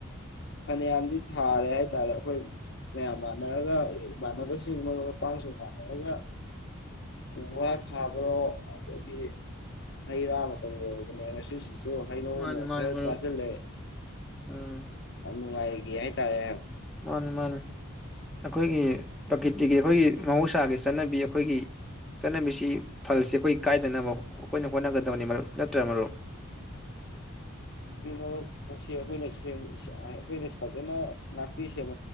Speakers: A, on the left; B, in the centre.
A: ꯐꯅꯌꯥꯝꯗꯤ ꯊꯥꯔꯦ ꯍꯥꯏꯇꯥꯔꯦ ꯑꯩꯈꯣꯏ ꯃꯌꯥꯝ ꯃꯥꯟꯅꯔꯒ ꯃꯥꯟꯅꯕꯁꯤꯡ ꯃꯔꯨꯞ ꯃꯄꯥꯡꯁꯤꯡ ꯃꯥꯟꯅꯔꯒ ꯎ ꯋꯥ ꯊꯥꯕꯔꯣ ꯑꯗꯒꯤ ꯍꯩ ꯔꯥ ꯃꯇꯝ ꯑꯣꯏꯕꯅꯦ ꯉꯁꯤꯁꯤ ꯁꯨ ꯍꯩꯅꯧꯅꯣꯡ
B: ꯃꯥꯅꯤ ꯃꯥꯅꯤ
A: ꯈꯔ
B: ꯃꯔꯨꯞ
A: ꯆꯥꯁꯤꯜꯂꯦ
B: ꯎꯝ
A: ꯌꯥꯝ ꯅꯨꯉꯥꯏꯒꯤ ꯍꯥꯏ ꯇꯔꯦ ꯍꯦꯞ
B: ꯃꯥꯅꯦ ꯃꯥꯅꯦ ꯑꯩꯈꯣꯏꯒꯤ ꯄ꯭ꯔꯀꯤꯇꯤꯒꯤ ꯑꯩꯈꯣꯏꯒꯤ ꯃꯍꯧꯁꯥꯒꯤ ꯆꯠꯅꯕꯤ ꯑꯩꯈꯣꯏꯒꯤ ꯆꯠꯅꯕꯤꯁꯤ ꯐꯜꯁꯤ ꯑꯩꯈꯣꯏ ꯀꯥꯏꯗꯅꯕ ꯑꯩꯈꯣꯏꯅ ꯍꯣꯠꯅꯒꯗꯕꯅꯤ ꯃꯔꯨꯞ ꯅꯠꯇ꯭ꯔ ꯃꯔꯨꯞ
A: ꯍꯣ ꯉꯁꯤ ꯑꯩꯈꯣꯏꯅ ꯌꯦꯡꯕꯁꯨ ꯁꯤ ꯑꯥ ꯑꯈꯣꯏꯅ ꯁꯥ ꯐꯖꯅ ꯉꯥꯛꯄꯤ ꯁꯦꯟ